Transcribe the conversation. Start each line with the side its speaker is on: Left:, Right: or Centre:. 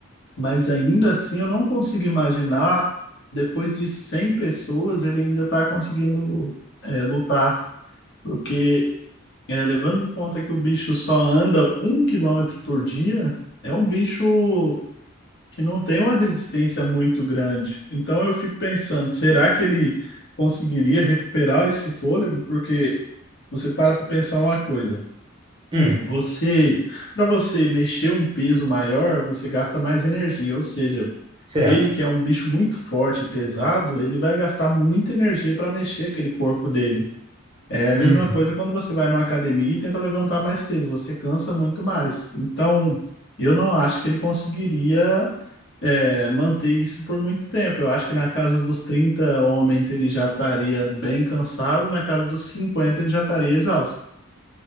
Left: Mas ainda assim, eu não consigo imaginar, depois de 100 pessoas, ele ainda tá conseguindo, é, lutar. Porque, é, levando em conta que o bicho só anda um quilômetro por dia, é um bicho que não tem uma resistência muito grande. Então eu fico pensando, será que ele conseguiria recuperar esse fôlego? Porque você para para pensar uma coisa.
Right: Hum,
Left: Você, para você mexer um peso maior, você gasta mais energia, ou seja,
Right: Certo.
Left: ele que é um bicho muito forte e pesado, ele vai gastar muita energia para mexer aquele corpo dele. É a mesma
Right: uhum.
Left: coisa quando você vai numa academia e tenta levantar mais peso, você cansa muito mais. Então, eu não acho que ele conseguiria é, manter isso por muito tempo. Eu acho que na casa dos 30 homens ele já estaria bem cansado, na casa dos 50 ele já estaria exausto.